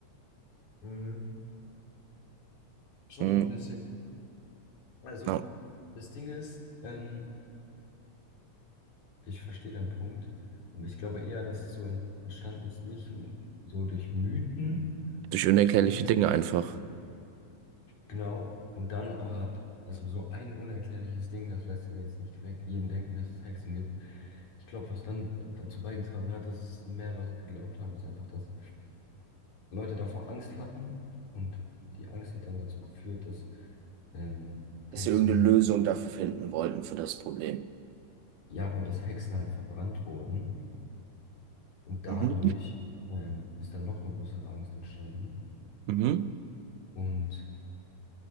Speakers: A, on the left; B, on the right.
A: Mhm. Schon
B: Mhm.
A: so ein bisschen. Also,
B: Ja.
A: das Ding ist, ähm, ich verstehe deinen Punkt. Und ich glaube eher, dass es so en- entstanden ist, nicht so durch Mythen
B: Durch unerklärliche
A: und
B: Dinge einfach.
A: genau, und dann aber, also so ein unerklärliches Ding, das lässt ja jetzt nicht direkt jeden denken, dass es Hexen gibt. Ich glaube, was dann dazu beigetragen hat, dass es mehr Leute geglaubt haben, ist einfach, dass Leute davor Angst hatten und die Angst hat dann dazu geführt, dass ähm, Hexen,
B: Dass wir irgendeine Lösung dafür finden wollten für das Problem.
A: ja, und dass Hexen halt verbrannt wurden und
B: Mhm.
A: dadurch ähm, ist dann noch eine größere Angst entstanden
B: Mhm.
A: und